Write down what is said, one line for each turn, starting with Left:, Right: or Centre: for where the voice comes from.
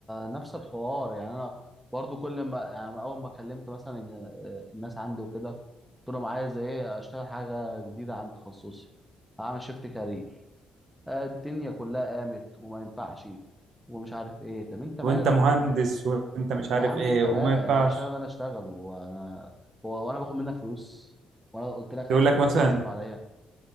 Centre: نفس الحوار يعني انا برضو كل ما يعني اول ما كلمت مثلا ال- الناس عندي وكده قلت لهم عايز ايه اشتغل حاجة جديدة عن تخصصي هعمل شيفت كارير آه، الدنيا كلها قامت وما ينفعش ومش عارف ايه طب انت مالك
Right: وانت مهندس
Centre: يا عم
Right: وانت مش عارف
Centre: يا عم
Right: ايه
Centre: انت
Right: وما
Centre: مالك
Right: ينفعش
Centre: انا اشتغل انا اشتغل وانا هو- وانا باخد منك فلوس وانا قلت لك
Right: يقول
Centre: هات فلوس
Right: لك مثلا
Centre: والله تصرف عليا